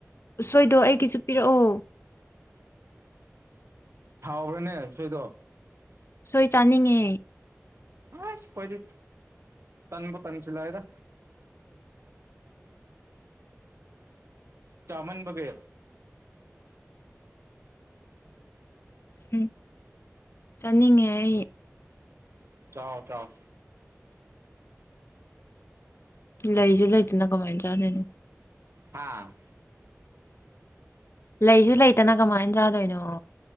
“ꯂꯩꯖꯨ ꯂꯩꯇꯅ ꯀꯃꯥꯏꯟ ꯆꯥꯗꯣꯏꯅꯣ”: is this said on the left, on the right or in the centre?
Left